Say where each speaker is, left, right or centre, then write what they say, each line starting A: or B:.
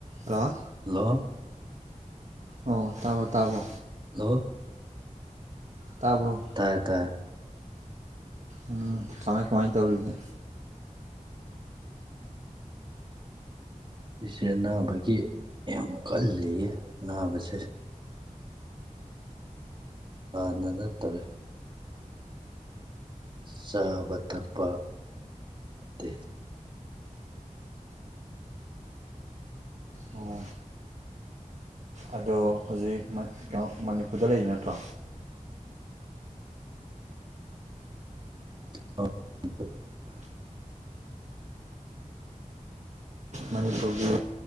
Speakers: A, on the right (about 60°); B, on the right (about 35°).
A: ꯍꯂꯣ
B: ꯍꯜꯂꯣ
A: ꯑꯣ ꯇꯥꯕ꯭ꯔꯣ ꯇꯥꯕ꯭ꯔꯣ
B: ꯍꯂꯣ
A: ꯇꯥꯕ꯭ꯔꯣ
B: ꯇꯥꯔꯦ ꯇꯥꯔꯦ꯫
A: ꯎꯝ ꯀꯃꯥꯏ ꯀꯃꯥꯏ ꯇꯧꯔꯤꯒꯦ꯫
B: ꯑꯩꯁꯦ ꯑꯅꯥꯕꯒꯤ ꯌꯥꯝ ꯀꯜꯂꯤꯌꯦ ꯑꯅꯥꯕꯁꯦ꯫ <unintelligible> ꯆꯥꯕ ꯊꯛꯄ ꯅꯠꯇꯦ
A: ꯑꯣ ꯑꯗꯣ ꯍꯧꯖꯤꯛ ꯃ ꯀꯅꯣ ꯃꯅꯤꯄꯨꯔꯗ ꯂꯩꯔꯤ ꯅꯠꯇ꯭ꯔꯣ꯫
B: <unintelligible>
A: ꯃꯅꯤꯄꯨꯔꯒꯤ